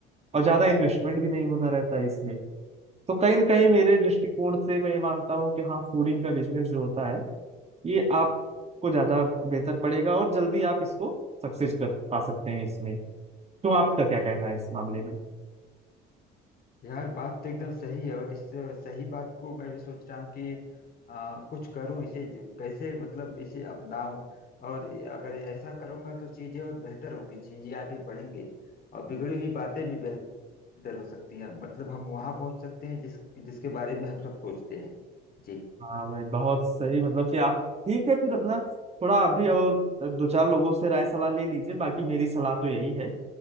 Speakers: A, on the right; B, on the left.
A: और ज्यादा इन्वेस्टमेंट भी नहीं होना रहता है इसमें तो कहीं ना कहीं मेरे दृष्टिकोण से मैं ये मानता हूँ कि हाँ फूडिंग का बिजनेस जो होता है ये आपको ज्यादा बेहतर पड़ेगा और जल्दी आप इसको सक्सेस कर पा सकते हैं इसमें तो आपका क्या कहना है इस मामले में
B: यार बात तो एकदम सही है और इस अ, सही बात को मैं भी सोच रहा हूँ कि अ, कुछ करूँ इसे ज- कैसे मतलब इसे अपनाऊं और ये- अगर ऐसा करूँगा तो चीज़ें और बेहतर होंगी चीज़ें आगे बढ़ेंगी और बिगड़ी हुई बातें भी बेहतर हो सकती हैं मतलब हम वहाँ पहुँच सकते हैं जिस जिसके बारे में हम सब सोचते हैं जी
A: हाँ भाई बहुत सही मतलब कि आप ठीक है फिर अपना थोड़ा आप भी और दो चार लोगों से राय सलाह ले लीजिए बाकी मेरी सलाह तो यही है